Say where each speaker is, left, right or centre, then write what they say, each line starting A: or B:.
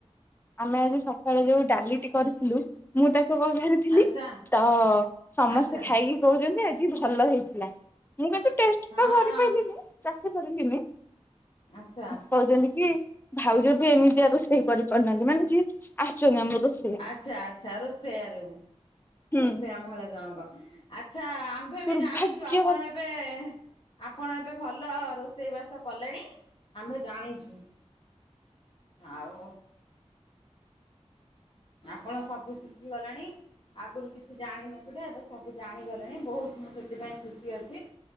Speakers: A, on the left; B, on the left.
A: ଆମେ ଆଜି ସକାଳେ ଯୋଉ ଡାଲିଟି କରିଥିଲୁ ମୁଁ ତାକୁ ବଘା ଥିଲି
B: ଆଚ୍ଛା
A: ତ ସମସ୍ତେ
B: ଆଚ୍ଛା
A: ଖାଇ କହୁଛନ୍ତି ଆଜି ଭଲ ହେଇଥିଲା ମୁଁ କିନ୍ତୁ ଟେଷ୍ଟ
B: ହଁ
A: କରି କହିଲି ଲେ ଚାଖିପାରିଲିନି
B: ଆଚ୍ଛା
A: କହୁଛନ୍ତି କି? ଭାଉଜ ବି ଏମିତିଆ ରୋଷେଇ କରିପାରୁନାହାନ୍ତି, ମାନେ ଯିଏ ଆସୁଛନ୍ତି ଆମ ରୋଷେଇ।
B: ଆଛା ଆଚ୍ଛା ରୋଷେଇଆ ଯୋଉ
A: ହୁଁ
B: ରୋଷେଇଆ ମହିଳା ଜଣଙ୍କ ଆଚ୍ଛା ଆ ଏବେ
A: ଦୁର୍ଭାଗ୍ୟବଶ
B: ବି ଜାଣିଛୁ ଆପଣ ଏବେ ଆପଣ ଏବେ ଭଲ ରୋଷେଇ ବାସ କଲେଣି, ଆମ୍ଭେ ଜାଣିଛୁ। ଆଉ ଆପଣ ସବୁ ଶିଖିଗଲେଣି। ଆଗରୁ କିଛି ଜାଣିନଥିଲେ ଏବେ ସବୁ ଜାଣିଗଲେଣି ବୋହୁତ ମୁଁ ସେଥିପାଇଁ ଖୁସି ଅଛି।